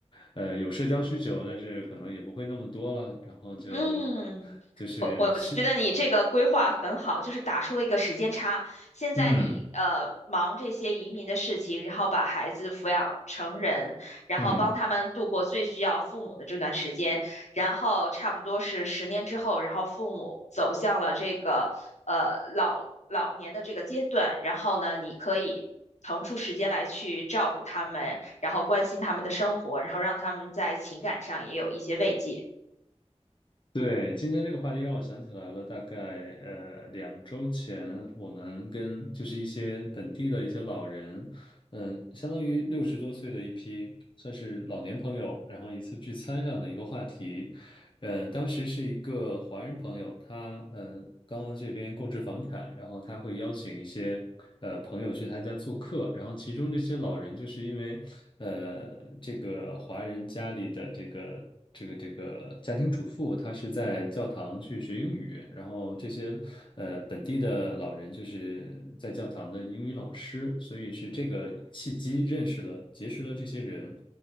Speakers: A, on the left (about 45°); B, on the left (about 80°).
A: 呃，有社交需求，但是可能也不会那么多了，然后就
B: 嗯。
A: 就是是
B: 我我觉得你这个规划很好，就是打出了一个时间差。现在你呃忙这些移民的事情，
A: 嗯
B: 然后把孩子抚养成人，然后帮他们度过最需要父母的这段时间，
A: 嗯，
B: 然后差不多是十年之后，然后父母走向了这个呃老老年的这个阶段，然后呢，你可以。腾出时间来去照顾他们，然后关心他们的生活，然后让他们在情感上也有一些慰藉。
A: 对，今天这个话题让我想起来了，大概呃两周前，我们跟就是一些本地的一些老人。嗯，相当于六十多岁的一批，算是老年朋友，然后一次聚餐上的一个话题。呃，当时是一个华人朋友，他呃刚刚这边购置房产，然后他会邀请一些呃朋友去他家做客，然后其中这些老人就是因为呃这个华人家里的这个这个这个家庭主妇，她是在教堂去学英语，然后这些呃本地的老人就是在教堂的英语老师，所以是这个契机认识了结识了这些人。